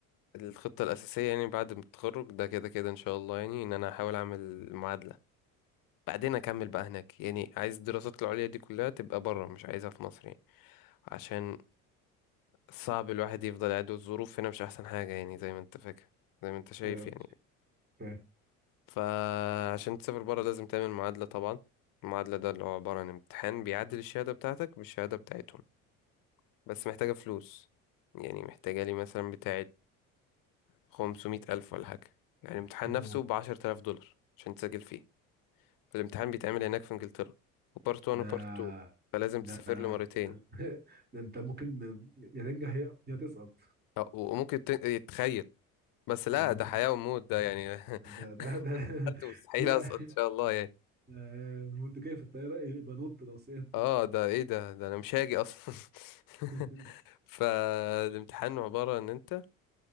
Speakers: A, on the left; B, on the right.
A: الخطة الأساسية يعني بعد ما التخرج ده كده كده إن شاء الله يعني إن أنا هحاول أعمل معادلة بعدين أكمل بقى هناك يعني عايز الدراسات العليا دي كلها تبقى بره مش عايزها في مصر يعني عشان صعب الواحد يفضل قاعد والظروف هنا مش أحسن حاجة يعني زي ما أنت فاكر زي ما أنت شايف
B: ايوه
A: يعني
B: فاهم
A: فعشان تسافر بره لازم تعمل معادلة طبعا المعادلة ده اللي هو عبارة عن امتحان بيعادل الشهادة بتاعتك بالشهادة بتاعتهم بس محتاجة فلوس يعني محتاجة لي مثلا بتاعة خمسمية ألف ولا حاجة يعني الامتحان
B: دي الموضوع
A: نفسه بعشرة آلاف دولار عشان تسجل فيه الامتحان بيتعمل هناك في انجلترا وبارت 1
B: ده
A: وبارت 2 فلازم
B: ده
A: تسافر
B: <laughs>
A: له مرتين
B: ده انت ممكن يا تنجح يا يا تسقط
A: أه، وممكن ت- تخيل بس
B: يا
A: لا
B: دي
A: ده حياة وموت ده يعني
B: ده ده ده
A: <laughs>
B: <laughs>
A: مستحيل
B: لا
A: أسقط إن شاء الله يعني
B: آه، وانت جاي في الطياره يبقى نط لو سقطت
A: اه ده ايه ده ده انا مش هاجي اصلا <laughs>
B: <laughs>
A: فالامتحان عبارة ان انت